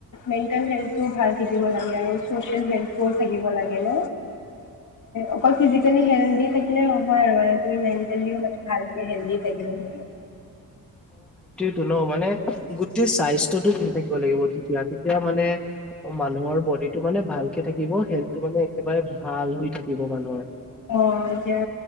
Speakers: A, on the left; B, in the centre.
A: মেণ্টেল হেল্থ ভাল থাকিব লাগে। হেনক্ট্ৰ থাকিব লাগে ন অকল ফিজিকেলি হেল্ডি থাকিলে নহয় আৰু মানে তুমি মেণ্টেলিও মানে ভাল হেল্ডি থাকিব লাগিব।
B: তেওঁলোক মানে গোটেই চাইজ <unintelligible> থাকিব লাগিব তেতিয়া তেতিয়া মানে মানুহৰ বডীটো মানে ভাল। কে থাকিব হেল্থটো মানে একেবাৰে ভাল হৈ থাকিব মানুহৰ।
A: অ' এতিয়া